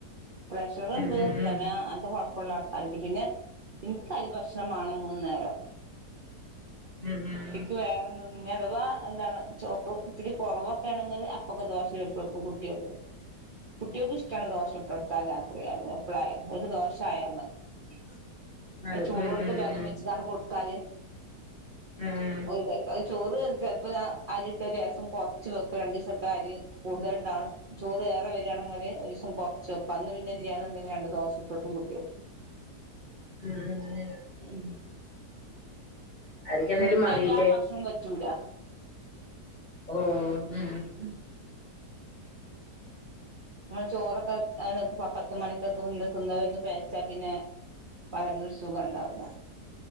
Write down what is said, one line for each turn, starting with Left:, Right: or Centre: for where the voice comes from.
Right: പ്രഷറ്ണ്ട്
Left: ഉം ഉം
Right: പ്രമേഹ അങ്ങൻത്തെ പ്പള്ള ആൾക്കാര്ണ്ട് പിന്നെ ഇൻക്ക് അരി ഭക്ഷണം മാണം മൂന്ന് നേരം
Left: ഉം ഉം ഉം
Right: ഇക്ക് വേറെന്നും അഥവാ എന്താണ് ചോ ഇത്തിരി കൊറൊവൊക്കെ ണെങ്കില് അപ്പൊക്കെ ദോശ ചുട്ടൊട്ക്കും കുട്ട്യാക്ക് കുട്ട്യാക്ക് ഇഷ്ട്ടാണ് ദോശ ചുട്ടൊട്ത്താൽ രാത്രി ആയാലും എപ്പളായാലും ഓൽക്ക് ദോശായാ മതി
Left: അതെ
Right: ചൂടോട്ക്കെ
Left: ഉം ഉം
Right: ബെലം
Left: ഉം
Right: വെച്ച്ങ്ങാണ്ട് കൊട്ത്താല്
Left: ഉം
Right: കഴിക്കും ചോറ് ചെലപ്പോ ഞാം അരിട്ട ലേസം കൊർച്ച് വെക്കും രണ്ടീസട്ടാ അരി കൂടുതല് ണ്ടാവ്ണ ചോറ് ഏറേണങ്കില് ഒരീസം കൊർച്ച് വെക്കും അന്ന് പിന്നെ ല്ലാന്ന്ണ്ടെങ്കില് രണ്ട് ദോശ ചുട്ടൊട്ക്കും കുട്ട്യാക്ക്
Left: ഉം ഉം ഉം
Right: ഉം
Left: അവർക്ക് എന്തേലും
Right: ഇൻക്കെ
Left: മതിയില്ലേ
Right: ല്ലാ ഭക്ഷണം പറ്റൂല
Left: ഓഹ്
Right: ഉം നമ്മൾ ചോറൊക്കെ അ പത്ത് മണിക്കകന്ന് ന്ന ഒന്ന് പേയച്ചാ പിന്നെ വയറിനൊര് സുഖ ണ്ടാവൂല.